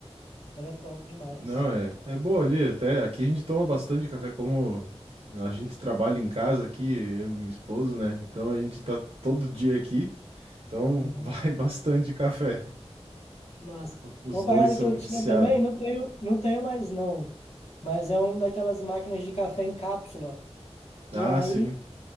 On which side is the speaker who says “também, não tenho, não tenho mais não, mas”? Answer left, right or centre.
Left